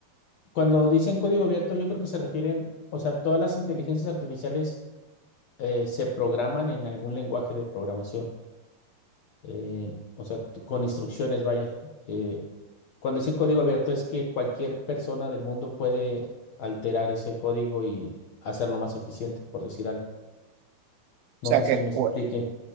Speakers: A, on the left; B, on the right.
A: Cuando dicen código abierto, yo creo que se refieren, o sea, todas las inteligencias artificiales eh, se programan en algún lenguaje de programación, eh, o sea, t- con instrucciones, vaya. Eh, cuando dicen código abierto es que cualquier persona del mundo puede alterar ese código y hacerlo más eficiente, por decir algo.
B: O
A: No
B: sea
A: sé
B: que,
A: si me expliquen.
B: pues,